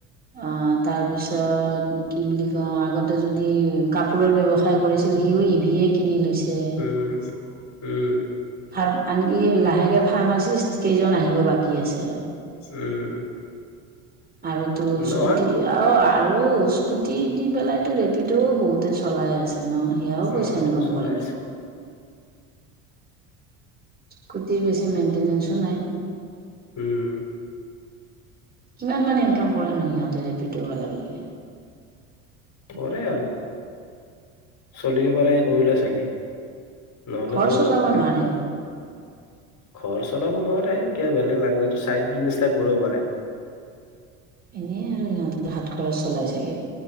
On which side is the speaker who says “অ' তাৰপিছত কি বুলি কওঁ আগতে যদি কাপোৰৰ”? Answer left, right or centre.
Right